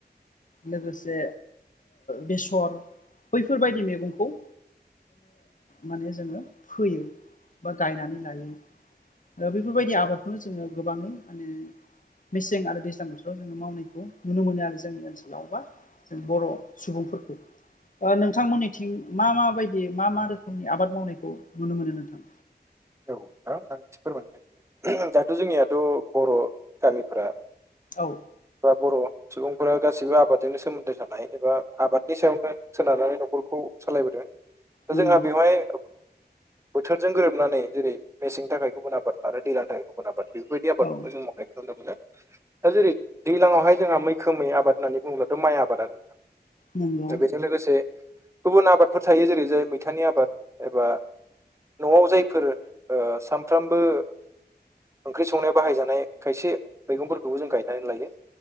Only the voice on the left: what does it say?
लोगोसे बेसर बैफोरबायदि मैगंखौ माने जोङो फोयो बा गायनानै लायो बेफोरबायदि आबादखौनो जोङो गोबाङै माने मेसें आरो दैज्लां बोथोराव ज जोङो मावनायखौ नुनो मोनो आरो जोंनि ओनसोलाव बा जों बर' सुबुंफोरखौ नोंथांमोननिथिं मा म बायदि मा मा रोखोमनि आबाद मावनायखौ नुनो मोनो नोंथां
औ।
नंगौ
औ
नंगौ